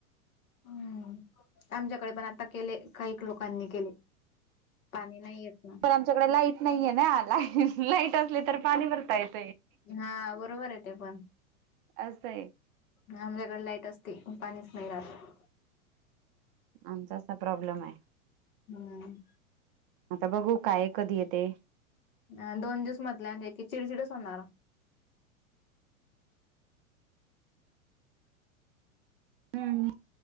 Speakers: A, on the left; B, on the right.
A: हम्म आमच्याकडे पण आता केले काही लोकांनी केले. पाणी नाही येत ना.
B: पण आमच्या इकड लाईट नाहीये ना लाई लाईट असले तर भरता येत
A: हा बरोबर आहे ते पण.
B: असं आहे
A: आमच्याकडे लाईट असते, पण पाणीच नाही राहत.
B: आमचा असा प्रॉब्लेम आहे.
A: हम्म
B: आता बघू काय कधी येते?
A: अ दोन दिवस म्हटल्यान की चिडचिडच होणार.
B: हम्म,